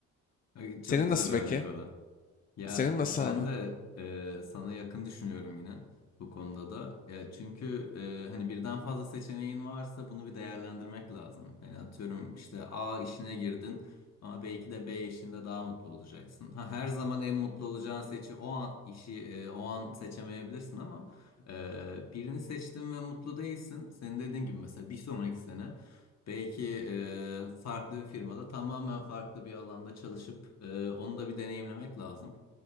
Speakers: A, on the left; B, on the left.
A: Ay, Çok
B: Senin
A: güzel
B: nasıl
A: örnek
B: peki?
A: o Ya
B: Senin nasıl
A: ben
B: abi?
A: de e, sana yakın düşünüyorum yine bu konuda da. Ya çünkü e, hani birden fazla seçeneğin varsa bunu bir değerlendirmek lazım. Hani atıyorum işte A işine girdin ama belki de B işinde daha mutlu olacaksın. Ha, her zaman en mutlu olacağın seçi o an, işi e, o an seçemeyebilirsin ama e, birini seçtin ve mutlu değilsin. Senin dediğin gibi mesela bir sonraki sene Belki e, farklı bir firmada tamamen farklı bir alanda çalışıp e, onu da bir deneyimlemek lazım.